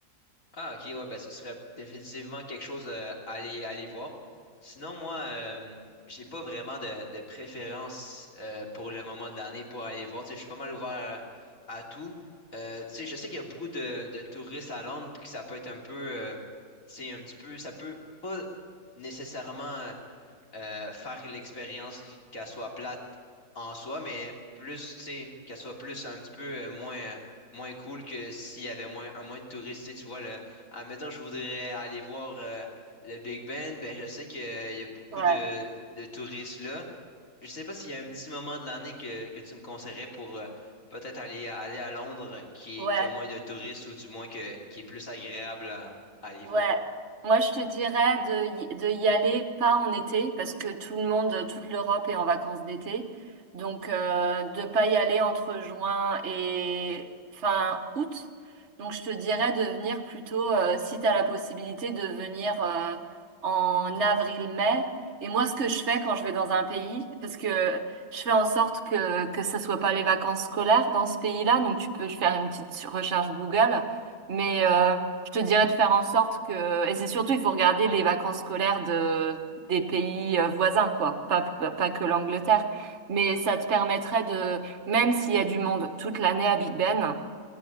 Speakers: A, on the left; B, on the right.
A: Ah, ok, ouais, ben, ce serait définitivement quelque chose euh, à aller, à aller voir. Sinon, moi, euh, j'ai pas vraiment de, de préférence euh, pour le moment de l'année pour aller voir. Tu sais, je suis pas mal ouvert à, à tout. Euh, tu sais, je sais qu'il y a beaucoup de, de touristes à Londres, puis que ça peut être un peu. euh, tu sais, un petit peu. Ça peut pas nécessairement. euh, euh, faire l'expérience qu- qu'elle soit plate en soi, mais plus, tu sais, qu'elle soit plus un petit peu euh, moins, euh, moins cool que s'il y avait moins, un moins de touristes. Tu sais, tu vois, le, admettons, je voudrais aller voir euh, le Big Ben, ben je sais qu'il y a beaucoup
B: Ouais,
A: de, de touristes là. Je sais pas s'il y a un petit moment de l'année que, que tu me conseillerais pour euh, peut-être aller, aller à Londres qui,
B: ouais.
A: qui a moins de touristes ou du moins que, qui est plus agréable à à aller
B: Ouais,
A: voir.
B: moi je te dirais de y, de y aller pas en été parce que tout le monde, toute l'Europe est en vacances d'été. Donc euh, de pas y aller entre juin et fin août. Donc je te dirais de venir plutôt, euh, si tu as la possibilité, de venir euh, en avril-mai. Et moi ce que je fais quand je vais dans un pays, parce que je fais en sorte que que ce soit pas les vacances scolaires dans ce pays-là, donc tu peux faire une petite recherche Google. Mais euh, je te dirais de faire en sorte que, et c'est surtout, il faut regarder les vacances scolaires de, des pays euh, voisins, quoi. Pas, pas, pas que l'Angleterre. Mais ça te permettrait de, même s'il y a du monde toute l'année à Big Ben,